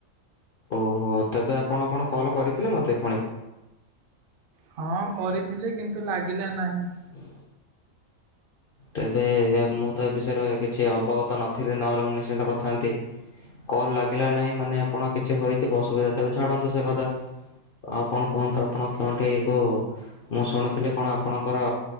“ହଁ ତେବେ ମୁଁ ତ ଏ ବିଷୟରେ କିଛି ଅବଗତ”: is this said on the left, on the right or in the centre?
Left